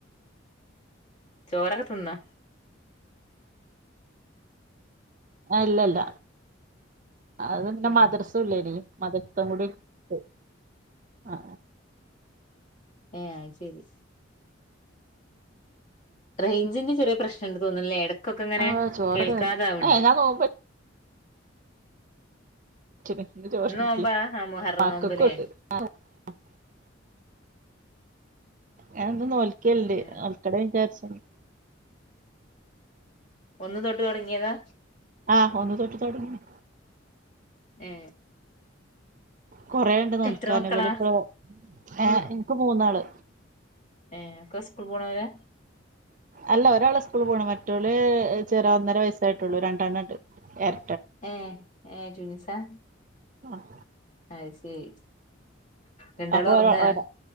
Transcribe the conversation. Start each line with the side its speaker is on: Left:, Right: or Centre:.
Left: ചോറൊക്കെ ത്ത്ന്നൊ?
Right: ഇല്ലല്ല, അത് പിന്നെ
Left: ഉം
Right: മദ്രസുല്ലേനി. മതസ്വം കൂടിം ത് ആ
Left: ഹേ, അയ്ശേരി. റേഞ്ചിന്റെ, ചെറിയെ പ്രശ്നണ്ട് തോന്നുനുല്ലേയ്? എട കൊക്കെങ്ങനെ,
Right: ആഹ് ചോറ്
Left: കേൾക്കാതാവ്ണ്ട്.
Right: തിന്ന് ഏഹ് ഞാൻ നോമ്പെട്ച്ച്ണ് <unintelligible>
Left: ഇന്ന് നോമ്പാ ആ മുഹറം നോമ്പ്ല്ലേ
Right: ഞാന്നും, നോൽക്കല്ണ്ട്,
Left: ഏ
Right: നോൽക്കണം, വിചാരിചാണ്.
Left: ഒന്ന്, തൊട്ട് തോടങ്ങിയെതാ?
Right: ആ, ഒന്ന് തൊട്ട് തൊടങ്ങി.
Left: ഏ.
Right: കൊറെേണ്ട്, നോൽക്കാന്,
Left: എത്ര മക്കളാ
Right: ഇവിളിപ്പോ, ഏ, ഇൻക്ക് മൂന്നാള്.
Left: ഏക്കൊ സ്കൂൾപോണോരാ
Right: അല്ല ഒരാള് സ്കൂള്പോണം മറ്റോള് ചെറ ഒന്നര വയസ്സായിട്ടുള്ളു രണ്ടെണ്ണംണ്ട് എര
Left: ഏ ഏ ട്വിൻസാ
Right: ആഹ്
Left: അയ്ശെരി രണ്ടാളും
Right: അപ്പൊ
Left: ഒറങ്ങാ
Right: ഒരാ ഒരാ